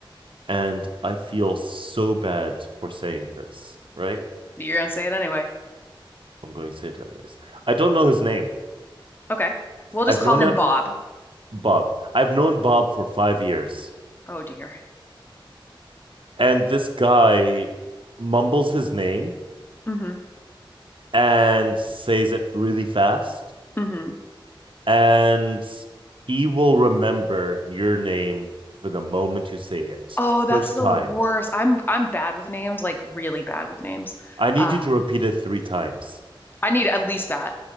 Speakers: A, on the right; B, on the left.
A: and I feel so bad for saying this, right?
B: You're gonna say it anyway.
A: I'm going to say it anyways. I don't know his name.
B: Okay. We'll just
A: I've
B: call
A: known
B: him
A: him,
B: Bob.
A: Bob. I've known Bob for five years,
B: Oh dear.
A: and this guy mumbles his name
B: hmm
A: and says it really fast.
B: hmm
A: And he will remember your name for the moment you say it.
B: Oh, that's
A: First
B: the
A: time.
B: worst. I'm I'm bad with names, like really bad with names.
A: I need
B: Um,
A: you to repeat it three times.
B: I need at least that.